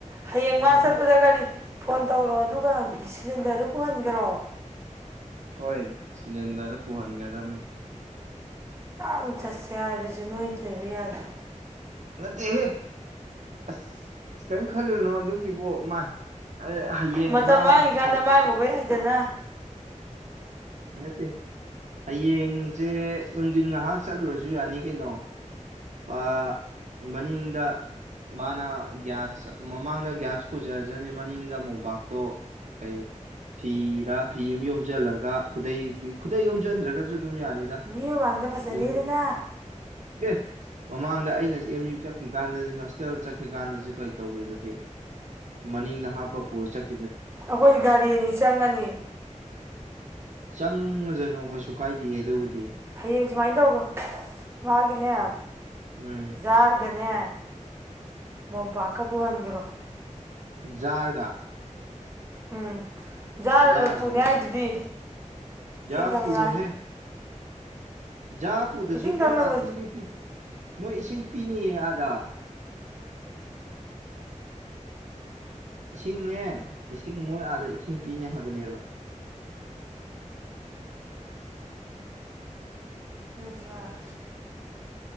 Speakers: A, on the right (about 20°); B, on the right (about 65°).
A: ꯍꯌꯦꯡ
B: ꯎꯝ
A: ꯃꯥ ꯆꯠꯄꯗ ꯀꯔꯤ ꯐꯣꯟ ꯇꯧꯔꯣ ꯑꯗꯨꯒ ꯑꯪ ꯁꯤꯂꯤꯟꯗꯔꯗꯨ ꯄꯨꯍꯟꯒꯔꯣ
B: ꯍꯣꯏꯌꯦ ꯁꯤꯂꯤꯟꯗꯔꯗꯨ ꯄꯨꯍꯟꯒ꯭ꯔꯗꯝꯃꯤ
A: ꯍꯣꯏ ꯆꯠꯁꯦ ꯍꯥꯏꯕꯁꯦ ꯅꯣꯏ- ꯗꯦꯕ ꯌꯥꯗꯦ
B: ꯅꯠꯇꯦꯍꯦ ꯑꯁ ꯀꯔꯤꯝ ꯈꯜꯂꯨꯅꯣ ꯑꯗꯨꯒꯤꯕꯨ ꯃꯥꯏ ꯑꯦ ꯍꯌꯦꯡ
A: ꯃꯇꯝ
B: ꯃꯥꯅ
A: ꯃꯥꯡꯉꯤꯀꯥꯟꯗ
B: ꯄꯨꯈꯠꯄ
A: ꯃꯥꯡꯉꯨꯕ ꯌꯥꯏꯗꯅ
B: ꯅꯠꯇꯦ ꯍꯌꯦꯡꯁꯦ ꯅꯨꯡꯗꯤꯟ ꯉꯥꯍꯥꯛ ꯆꯠꯂꯨꯔꯁꯨ ꯌꯥꯅꯤ ꯀꯩꯅꯣ ꯃꯥ ꯃꯅꯤꯡꯗ ꯃꯥꯅ ꯒ꯭ꯌꯥꯁ ꯃꯃꯥꯡꯗ ꯒ꯭ꯌꯥꯁ ꯄꯨꯖꯔꯖꯅꯤ ꯃꯅꯤꯡꯗ ꯃꯣꯝꯄꯥꯛꯇꯣ ꯀꯩ ꯐꯤꯔꯥ ꯐꯤ ꯑꯃ ꯌꯣꯝꯖꯜꯂꯒ ꯈꯨꯗꯩ ꯈꯨꯗꯩ ꯌꯣꯝꯖꯟꯗ꯭ꯔꯒꯖꯨ ꯑꯗꯨꯝ ꯌꯥꯅꯤꯗ
A: ꯃꯤ ꯃꯃꯥꯡꯗ ꯐꯖꯗꯦꯗꯅ
B: ꯑꯗꯨꯒ ꯑꯦ ꯃꯃꯥꯡꯗ ꯑꯩꯅ ꯑꯦꯝ ꯌꯨ ꯆꯠꯈꯤꯀꯥꯟꯗꯖꯨ ꯍꯣꯁꯇꯦꯜ ꯆꯠꯈꯤꯀꯥꯟꯗꯖꯨ ꯀꯩ ꯇꯧꯒ꯭ꯔꯤꯗꯨꯗꯤ ꯃꯅꯤꯡꯗ ꯍꯥꯞꯄ ꯄꯨꯔ ꯆꯠ-
A: ꯑꯩꯈꯣꯏ ꯒꯥꯔꯤ ꯑꯅꯤ ꯆꯪꯉꯅꯤ
B: ꯆꯪꯉꯖꯅꯨ ꯀꯩꯁꯨ ꯀꯥꯏꯗꯤꯌꯦ ꯑꯗꯨꯕꯨꯗꯤ
A: ꯍꯌꯦꯡ ꯁꯨꯃꯥꯏꯅ ꯇꯧꯔꯣ ꯃꯥꯒꯤꯅꯦ
B: ꯎꯝ
A: ꯖꯥꯔ ꯒꯅꯦ ꯃꯣꯝꯄꯥꯛꯀ ꯄꯨꯍꯟ- ꯄꯨꯟꯒꯔꯣ
B: ꯖꯥꯔ ꯒꯥ
A: ꯎꯝ ꯖꯥꯔ
B: ꯖꯥꯔꯁꯤꯅ
A: ꯄꯨꯅꯤ ꯍꯥꯏꯗꯨꯗꯤ
B: ꯖꯥꯔ
A: ꯏꯁꯤꯡ ꯊꯛꯅꯉꯥꯏ
B: ꯄꯨꯔꯣꯏꯍꯦ ꯖꯥꯔ ꯄꯨꯗꯁꯨ
A: ꯏꯁꯤꯡ ꯊꯛꯅꯕ
B: ꯃꯣꯏ ꯑꯥꯗ ꯏꯁꯤꯡ ꯄꯤ- ꯃꯣꯏ ꯏꯁꯤꯡ ꯄꯤꯅꯤꯌꯦ ꯑꯥꯗꯥ ꯏꯁꯤꯡꯅꯦ ꯏꯁꯤꯡ ꯃꯣꯏ ꯑꯥꯗ- ꯏꯁꯤꯡ ꯄꯤꯅꯦ ꯍꯥꯏꯕꯅꯦꯕ
A: ꯗꯨꯌꯥꯔ